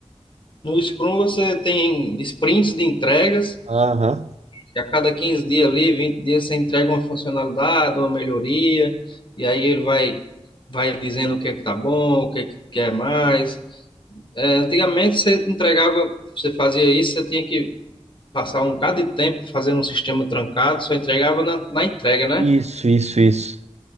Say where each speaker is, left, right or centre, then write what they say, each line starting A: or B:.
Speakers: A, on the left; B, on the right.
A: No Scrum você tem sprints de entregas,
B: Aham.
A: que a cada 15 dias ali, 20 dias, você entrega uma funcionalidade, uma melhoria, e aí ele vai, vai dizendo o que é que tá bom, o que é que quer mais. É, antigamente você entregava, você fazia isso, você tinha que passar um bocado de tempo fazendo um sistema trancado, só entregava na, na entrega, né?
B: Isso, isso, isso.